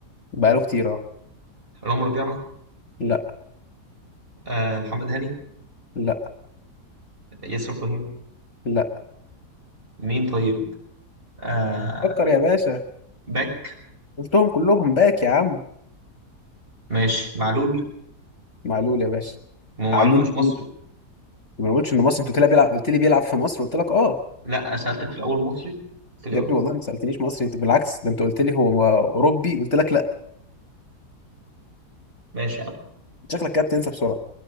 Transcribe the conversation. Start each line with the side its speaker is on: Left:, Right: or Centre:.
Left: بقاله كتير اه
Right: رامي ربيعة
Left: لا
Right: آه... محمد هاني
Left: لا
Right: ياسر ابراهيم
Left: لا
Right: مين طيب آه...
Left: فكر يا باشا
Right: باك
Left: قلتهم كلهم باك يا عم
Right: ماشي معلول
Left: معلول يا باشا
Right: ما هو معلول
Left: علول
Right: مش
Left: الجول.
Right: مصري
Left: ما قلتش انه مصري انت قلت لي بيلعب قلت لي بيلعب في مصر قلت لك اه
Right: لا سألتك في الأول مصري في الأول
Left: يا ابني والله ما سالتنيش مصري انت بالعكس ده انت قلت لي هو اوروبي قلت لك لا
Right: ماشي يا عم
Left: شكلك كده بتنسى بسرعه